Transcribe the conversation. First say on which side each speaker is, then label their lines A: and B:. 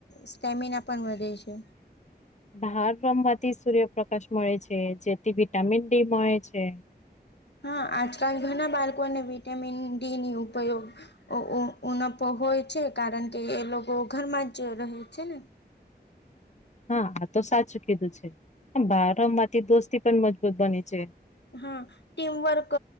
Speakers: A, on the left; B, on the left.
A: સ્ટેમિના પણ વધે છે.
B: બાર રમવાથી સૂર્યપ્રકાશ મળે છે જેથી વિટામિન ડી મળે છે.
A: હા આજકાલ ઘણા બાળકોને વિટામિન ડી ની ઉપયોગ ઉનપ હોય છે કારણ કે એ લોકો ઘરમાં જ જે રહે છે ને
B: હા આ તો સાચું કીધું છે બાર માંથી દોસ્તી પણ મજબૂત બને છે.
A: હા ટીમવર્ક